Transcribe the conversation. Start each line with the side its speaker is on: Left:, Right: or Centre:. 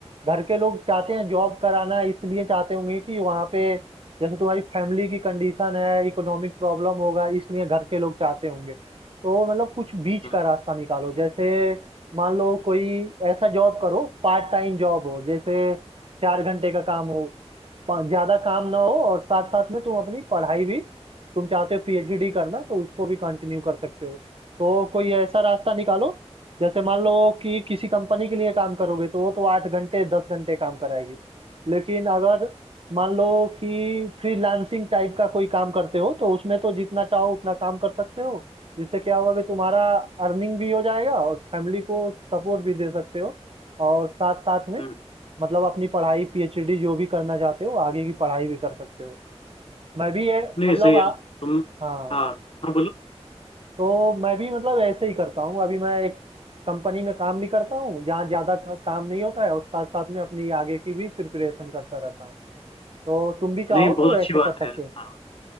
Right: घर के लोग चाहते हैं जॉब कराना इसलिए चाहते होंगे कि वहाँ पे जैसे तुम्हारी फैमिली की कंडीशन है इकोनॉमिक प्रॉब्लम होगा इसलिए घर के लोग चाहते होंगे तो मतलब कुछ बीच
Left: हम्म,
Right: का रास्ता निकालो जैसे मान लो कोई ऐसा जॉब करो पार्ट टाइम जॉब हो जैसे चार घंटे का काम हो पा- ज्यादा काम ना हो और साथ साथ में तुम अपनी पढ़ाई भी तुम चाहते हो पीएचडी करना तो उसको भी कंटिन्यू कर सकते हो तो कोई ऐसा रास्ता निकालो जैसे मान लो कि किसी कंपनी के लिए काम करोगे तो वो तो आठ घंटे दस घंटे काम कराएगी लेकिन अगर मान लो कि फ्रीलांसिंग टाइप का कोई काम करते हो तो उसमें तो जितना चाहो उतना काम कर सकते हो जिससे क्या होगा कि तुम्हारा अर्निंग भी हो जाएगा और फैमिली को सपोर्ट भी दे सकते हो और साथ साथ में
Left: हम्म।
Right: मतलब अपनी पढ़ाई पीएचडी जो भी करना चाहते हो आगे की पढ़ाई भी कर सकते हो मैं भी ये
Left: नहीं
Right: मतलब
Left: सही है
Right: आ,
Left: तुम
Right: हाँ
Left: हाँ हाँ बोलो
Right: तो मैं भी मतलब ऐसे ही करता हूँ अभी मैं एक कंपनी में काम भी करता हूँ जहाँ ज़्यादा का- काम नहीं होता है और साथ साथ में अपनी आगे की भी प्रिपरेशन करता रहता हूँ तो तुम भी
Left: नहीं
Right: चाहो
Left: बहुत
Right: तो ऐसे
Left: अच्छी बात
Right: कर सकते
Left: है
Right: हो
Left: हाँ